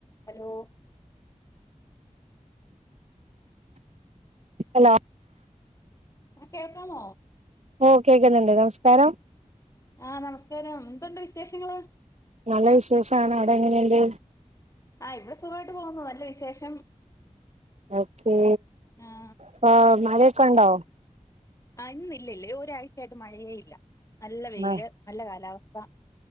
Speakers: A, on the left; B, on the right.
A: Hello
B: hello
A: ആഹ് കേൾക്കാമോ
B: ഓ കേക്കുന്ന്ണ്ട് നമസ്കാരം
A: ആഹ് നമസ്കാരം എന്തുണ്ട് വിശേഷങ്ങള്
B: നല്ല വിശേഷാണ് അവിടെ എങ്ങനെണ്ട്
A: ആ ഇവിടെ സുഖായിട്ട് പോകുന്നു നല്ല വിശേഷം
B: ഓക്കെ
A: ആ
B: പ്പ മ ക്കെണ്ടോ
A: ആ ഇന്ന് ഇല്ലല്ല ഒരാഴ്ചയായിട്ട് മഴയേ ഇല്ല നല്ല വെയില്
B: മ-
A: നല്ല കാലാവസ് സ്ഥ